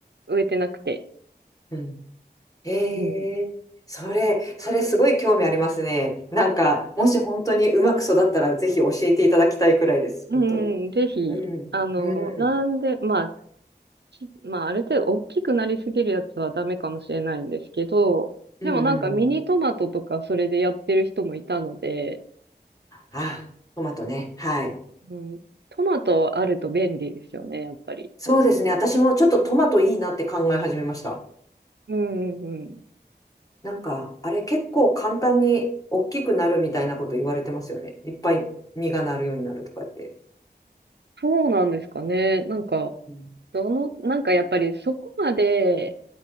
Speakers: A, on the right; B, on the left.
A: 植えてなくて。
B: うんええそれ、
A: うん。
B: それすごい興味ありますね。なんか、もし本当にうまく育ったら、ぜひ教えていただきたいくらいです。
A: う
B: 本当に。
A: ん、ぜひ、
B: うん、
A: あの、
B: うん、
A: なんで、まあ、きまあ、ある程度大きくなりすぎるやつはダメかもしれないんですけど、
B: うん、
A: でもなんかミニトマトとかそれでやってる人もいたので、
B: うんうん。あ、トマトね。はい。
A: うん、トマトあると便利ですよね、やっぱり。
B: そうですね。私もちょっとトマトいいなって考え始めました。
A: うんうんうん。
B: なんか、あれ結構簡単に大きくなるみたいなこと言われてますよね。いっぱい実がなるようになるとかって。
A: そうなんですかね。なんか、
B: うん、
A: どの、なんかやっぱりそこまで、